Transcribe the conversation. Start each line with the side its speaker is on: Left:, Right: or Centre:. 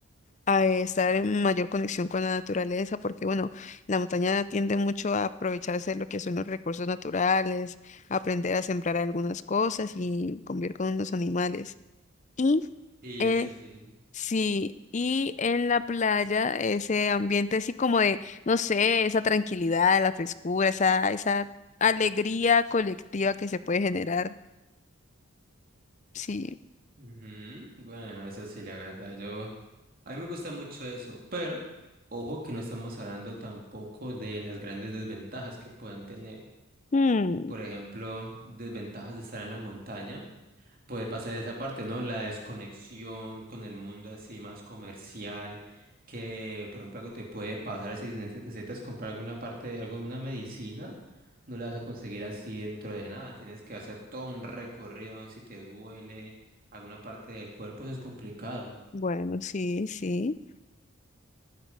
Left: a estar en mayor conexión con la naturaleza, porque bueno, la montaña tiende mucho a aprovecharse de lo que son los recursos naturales, aprender a sembrar algunas cosas y convivir con los animales. Y
Right: Y
Left: eh,
Right: eso sí.
Left: sí, y en la playa ese ambiente así como de, no sé, esa tranquilidad, la frescura, esa, esa alegría colectiva que se puede generar. Sí.
Right: Ujú, Bueno, eso sí, la verdad, yo... A mí me gusta mucho eso, pero ojo que no estamos hablando tampoco de las grandes desventajas que puedan tener.
Left: Mm,
Right: Por ejemplo, desventajas de estar en la montaña puede pasar esa parte, ¿no? La desconexión con el mundo así más comercial, que por ejemplo algo te puede pasar si nece- necesitas comprar alguna parte, algo de una medicina, no la vas a conseguir así dentro de nada, tienes que hacer todo un recorrido, aun si te duele alguna parte del cuerpo, eso es complicado.
Left: bueno, sí, sí.